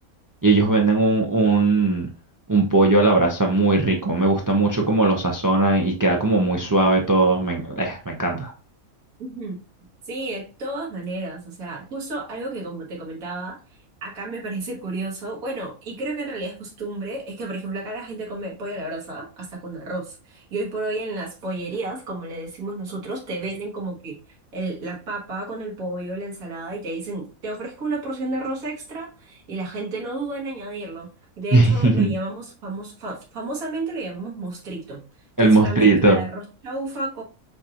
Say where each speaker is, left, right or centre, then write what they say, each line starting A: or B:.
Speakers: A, on the right (about 30°); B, on the right (about 80°).
A: y ellos venden un, un, un pollo a la brasa muy rico, me gusta mucho cómo lo sazonan y queda como muy suave todo, me, en- eh, me encanta.
B: Ujú. Sí, de todas maneras, o sea, justo algo que como te comentaba, acá me parece curioso, bueno, y creo que en realidad es costumbre, es que por ejemplo acá la gente come pollo a la brasa hasta con arroz, y hoy por hoy en las pollerías, como le decimos nosotros, te venden como que el- la papa con el pollo, la ensalada, y te dicen, te ofrezco una porción de arroz extra, y la gente no duda en añadirlo, de
A: <laughs>
B: hecho lo llamamos, famos- fa- famosamente lo llamamos mostrito, que
A: El
B: es
A: mostrito,
B: una mezcla de arroz chaufa